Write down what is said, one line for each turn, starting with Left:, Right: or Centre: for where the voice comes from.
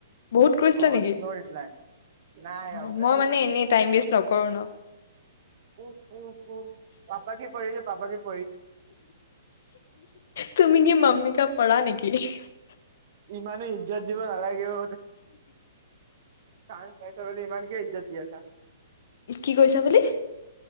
Left: বহুত কৰিছিলা
Right: অ
Left: নেকি?
Right: ন' ৰিপ্লাই নাই আৰু
Left: অ' মই
Right: এ ইমান
Left: মানে এনে টাইম ৱেষ্ট নকৰো ন।
Right: উফ, উফ, উফ। পাপাকি পৰী যে পাপাকি পৰী।
Left: তুমি কি মাম্মি কা পৰা নে <unintelligible>
Right: ইমানো ইজ্জত দিব নালাগেও <unintelligible> লে ইমানকে ইজ্জত দিয় আছা।
Left: কি কৰিছা বুলি?